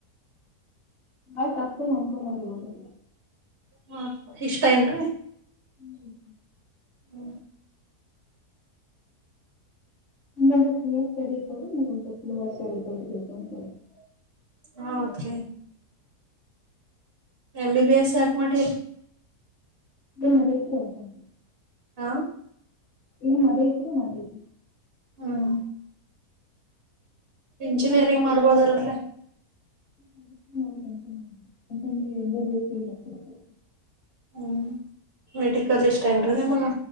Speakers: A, on the left (about 45°); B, on the right (about 45°).
A: ಆಯತ ಅಟ್ಟು <unintelligible> ಒಂದ ಸಲಾರೆ ಓದದ
B: ಹಾ, ಇಷ್ಟ ಏನ್ರಿ,.
A: ಹ್ಮ್ <inaudible>
B: ಹ್ಞ <inaudible>
A: ಇಲ್ಲೊಂದು ಕ್ಲಿಯರ್ ಸ್ಟಡಿ ಇದ್ದೋರು <unintelligible>
B: ಹಾ, okay M, B, B, S ಯಾಕ್ ಮಾಡಿರಿ?
A: ಏಮ ಅದ ಇತ್ತ ರಿ ಅದ್ಕ ಮಾಡಿನ
B: ಹ
A: ಏಮ ಅದ ಇತ್ತ ರಿ ಅದ್ಕ <unintelligible>
B: ಹ್ಮ್, ಇಂಜಿನಿಯರಿಂಗ್ ಮಾಡ್ಬೋದಲ್ರಿ,
A: <unintelligible>
B: ಹ್ಮ್, ಮೆಡಿಕಲ್ ಇಷ್ಟ ಏನ್ರೀ ನಿಮ್ಗ.